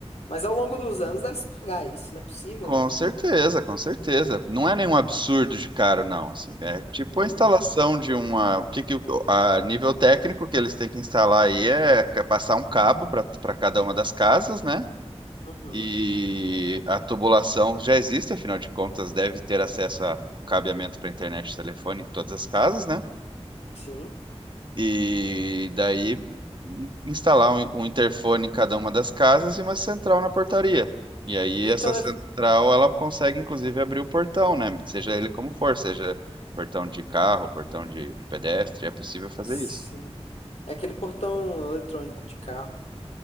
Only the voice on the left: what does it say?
Mas ao longo dos anos deve se pagar isso, não é possível,
né?
Uhum,
uhum.
Sim.
E
telefone.
Sim.
É aquele portão eletrônico de carro.